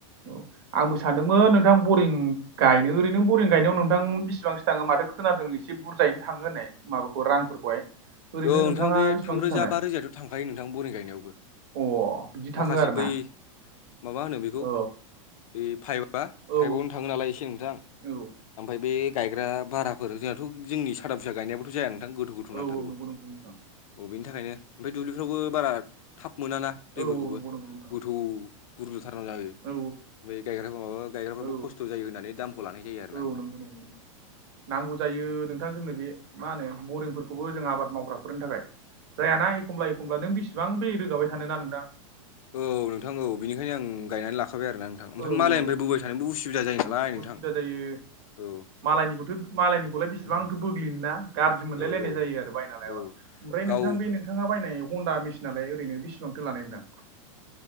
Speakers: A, on the right; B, on the left.
A: औ आंबो सानदोंमोन नोंथां बरिं। गायनो ओरैनो बरिं गायनायाव नोंथां बेसिबांसो थाङो माथो खोनादों एसे बुरजायैनो थाङो होननाय। माबाखौ रांफोरखौहाय। ओरैनो
B: औ नोंथां
A: नोंथाङा
B: बे
A: बेसेबांसिम
B: थामरोजा
A: थांनाय
B: बा रोजायाथ' थांखायो नोंथां बरि गायनायावबो।
A: अ बिदि थाङो
B: माखासे
A: आरो
B: बै
A: ना
B: माबा होनो बेखौ
A: औ
B: बै फाइबार। बा
A: औ
B: फाइभआवनो थाङो नालाय एसे नोंथां।
A: औ औ
B: ओमफफ्राय बे गायग्रा भाराफोर जोंनााथ' जोंनि सादा फिसा गायनायाबोथ' जाया नोंथां गोथौ गोथौ
A: औ
B: नांथारगौ।
A: औ नंगौ नंगौ नोंथां
B: अ बेनि थाखायनो ओमफ्राय दुब्लिफ्रावबो बारा थाब मोनाना
A: औ
B: दैफोरखौबो।
A: औ नंगौ नंगौ नोंथां
B: गोथौ बुरजुथारना जायो।
A: औ
B: फ्राय गायग्राफोर माबा गायग्राफोराबो
A: औ
B: खस्थ' जायो होननानै दामखौ लानाय जायो आरो
A: औ
B: ना नोंथां।
A: नंगौ नंगौ नोंथां नांगौ जायो नोंथां जोंनो बे मा होनो बरिंफोरखौबो जों आबाद मावग्राफोरनि थाखाय जायाना एखमब्ला एखमब्ला नों बिसिबां दै रोगाबाय थान ना नोंदां।
B: औ नोंथां औ बेनिखायनो आं गायनानै लाखाबाय आरोना। नोंथां ओमफ्राय
A: औ
B: मालायनिफ्राय
A: औ
B: बाय थबो उसुबिदा जायो नालाय नोंथां
A: उसुबिदा
B: औ।
A: जायो मालायनिखौथ' मालायनिखौलाय बेसेबांथो
B: उम
A: बोग्लिनोना गाज्रि मोनलायलायनाय
B: औ औ
A: जायो आरो बायना लायाबा
B: औ
A: ओमफ्राय
B: गाव
A: नोंथां बे नोंथां। नोंथाङा बायनाय हन्दा मेसिनालाय ओरैनो बेसेबांथो लानाय नोंथां।